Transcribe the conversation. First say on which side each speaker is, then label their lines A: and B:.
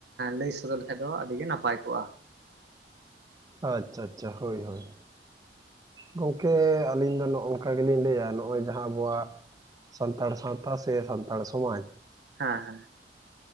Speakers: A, on the right; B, on the right.
A: ᱞᱟᱹᱭ ᱥᱚᱫᱚᱨ ᱞᱮᱠᱷᱟᱡ ᱫᱚ ᱟᱹᱰᱤᱜᱮ ᱱᱟᱯᱟᱭ ᱠᱚᱜ-ᱟ
B: ᱟᱪᱪᱷᱟ ᱟᱪᱪᱷᱟ ᱦᱳᱭ ᱦᱳᱭ ᱜᱚᱝᱠᱮ ᱟᱹᱞᱤᱧ ᱫᱚ ᱱᱚᱜ ᱱᱚᱝᱠᱟ ᱜᱮᱞᱤᱧ ᱞᱟᱹᱭᱟ ᱱᱚᱜ-ᱚᱭ ᱡᱟᱦᱟᱸ ᱟᱵᱚᱣᱟᱜ ᱥᱟᱱᱛᱟᱲ ᱥᱟᱶᱛᱟ ᱥᱮ ᱥᱟᱱᱛᱟᱲ ᱥᱚᱢᱟᱡ
A: ᱦᱮᱸ ᱦᱮᱸ